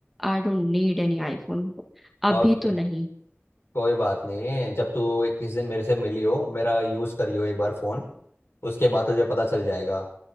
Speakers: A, in the centre; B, on the left.
A: I don't need any iPhone
B: ओके
A: अभी तो नहीं
B: कोई बात नहीं जब तू किसी दिन मेरे से मिली हो मेरा यूज़ करियो एक बार फ़ोन उसके बाद तुझे पता चल जाएगा